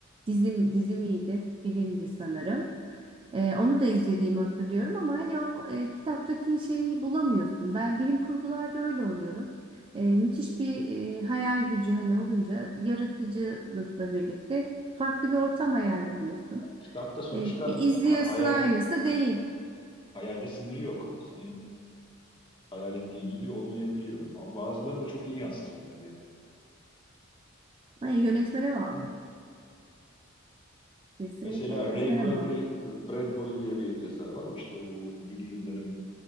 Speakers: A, on the right (about 25°); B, on the left (about 25°).
A: Dizim dizimiydi, filmdi sanırım. E, onu da izlediğimi hatırlıyorum ama hani o e, kitaptaki şeyi bulamıyorsun. Ben bilim kurgularda öyle oluyorum. E, müthiş bir e, hayal gücü hani olunca yaratıcılıkla birlikte farklı bir ortam hayal ediyorsun.
B: kitapta sonuçta
A: E, bir izliyorsun
B: ha- hayal
A: aynısı da değil.
B: hayalde sınırı yok. Senin hayal ettiğin gibi olmayabiliyor. Ama bazıları da çok iyi yansıtıyorlar yani.
A: Ay, yönetmene bağlı. Kesinlikle
B: Mesela
A: yönetmene
B: Ray Bradbury,
A: bağlı.
B: Bradbury diye bir yazar var. O işte o 50'li yılların